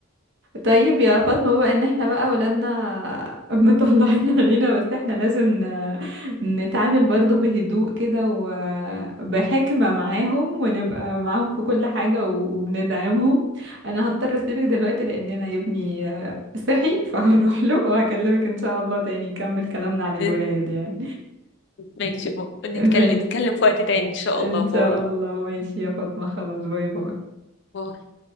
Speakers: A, on the right; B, on the left.
A: طيب يا فاطمة بما ان احنا بقى ولادنا <laughs> مطلعين علينا بس احنا لازم ن... نتعامل برضو بهدوء كده وبحكمة معاهم ونبقى معاهم في كل حاجة و- وبندعمهم انا هضطر اسيبك دلوقتي لان انا ابني آه، صحي <laughs> فهروح له وهكلمك ان شاء الله تاني نكمل كلامنا عن الولاد
B: <laughs>
A: يعني
B: ماشي بو. نتكلم
A: <laughs> ماشي
B: نتكلم في وقت تاني ان شاء
A: ان
B: الله باي
A: شاء الله ماشي يا فاطمة خلاص باي باي
B: باي